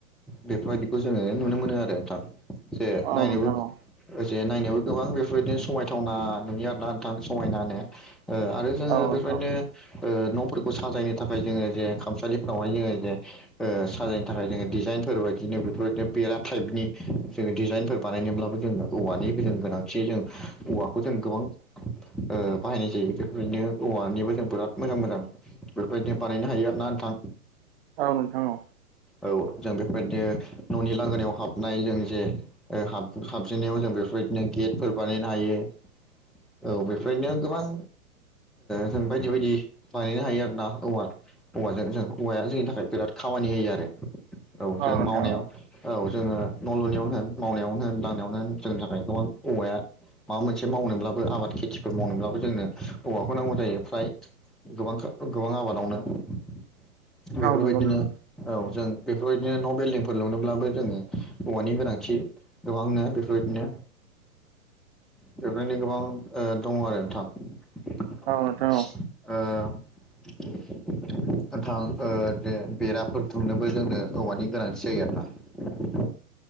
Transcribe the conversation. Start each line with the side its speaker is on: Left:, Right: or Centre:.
Centre: बेफोरबायदिखौ जोङो नुनो मोनो आरो नोंथां। जे
Right: औ नोंथां औ
Centre: नायनोबो
Right: नोंथां औ
Centre: जेन नायनायावबो गोबां बेफोरबायदिनो समायथावना नुयो आरोना नोंथां समायनो। ओ आरो जोङो
Right: औ
Centre: बेफोरनो न'फोर खौ साजायनो थाखाय जोङो जे खामसालिफ्रावहाय जोङो जे साजाय थाखाय जोङो डिजाइनफोर बायदिनो बेफोरबायदिनो बेरा टाइपनि जोङो डिजाइनफोर बानायनोब्लाबो जोङो औवानि नि गोनांथि जों औवाखौ जों गोबां ओ बाहायनाय जायो बेफोरबायदिनो औवानिबो जों बिराद मोजां मोजां बेफोरबायदिनो बानायनो हायो आरो ना नोंथां।
Right: औ नोंथां औ।
Centre: औ जों बेफोरबायदिनो न'नि लांगोनायाव हाबनाय जों जे हाब हाबजेनायाव जों बे बेफोरबादिनो गेटफोर बानायनो हायो औ बेफोरबादिनो गोबां जों बायदि बायदि बानायनो हायो आरो ना औव औवाजों जों औवाया जों थाखाय बिराद खामानि होयो आरो औ जों मावनायाव
Right: नोंथां औ नंगौ नोंथां औ नोंथां औ
Centre: औ जोङो न' लुनायावनो होन मावनायावनो होन दांनायावनो होन जोंनि थाखाय गोबां औवाया माबा मोनसे मावनोब्लाबो आबाद खेथिफोर मावनोब्लाबो जोंनो हौवाखौ नांगौ जायो फ्राय गोबां गोबां आबादावनो बेफोरबायदिनो
Right: हागोन नोंथां
Centre: औ जों बेफोरबायदिनो न' बिल्डिंफोर लुनोब्लाबो जोङो हौवानि गोनांथि गोबांनो बेफोरबायदिनो
Right: <inaudible>
Centre: बेफोरनो गोबां दङ आरो नोंथां।
Right: हागोन
Centre: ओ नोंथां ओ जे बेराफोर दुमनोबो जोंनो औवानि गोनांथि जायो आरोना।